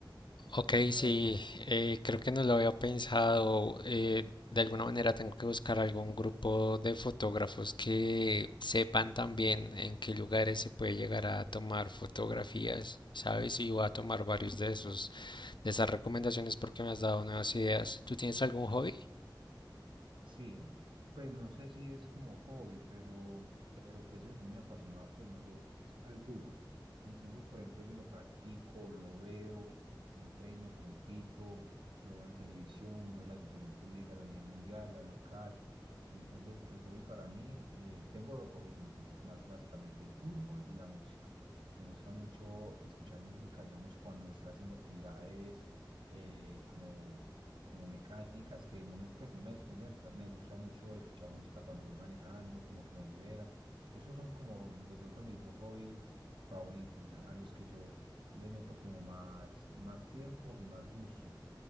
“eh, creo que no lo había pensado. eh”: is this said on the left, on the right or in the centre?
Left